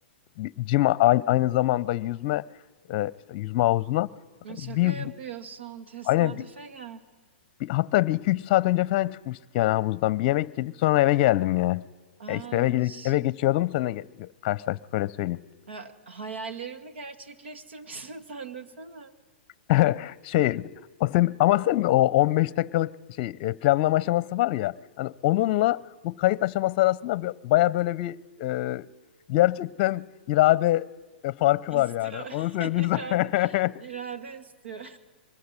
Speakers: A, on the left; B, on the right.
A: bir gym a- aynı, aynı zamanda yüzme e, işte yüzme havuzuna. Bir
B: Şaka yapıyorsun. Tesadüfe
A: aynen bir,
B: gel.
A: bir- hatta bir iki üç saat önce falan çıkmıştık yani havuzdan. Bir yemek yedik sonra eve geldim yani.
B: Aa,
A: E, işte eve gelir,
B: ş-
A: eve geçiyordum seninle ge- karşılaştık öyle söyleyeyim.
B: ha, hayallerimi gerçekleştirmişsin <laughs> sen desene.
A: <laughs> Şey o sen, ama sen o 15 dakikalık şey e, planlama aşaması var ya hani onunla bu kayıt aşaması arasında bir- baya böyle bir e, gerçekten irade e, farkı
B: İstiyor.
A: var yani. Onu
B: <laughs>
A: söyleyeyim
B: İrade,
A: sana.
B: irade istiyor.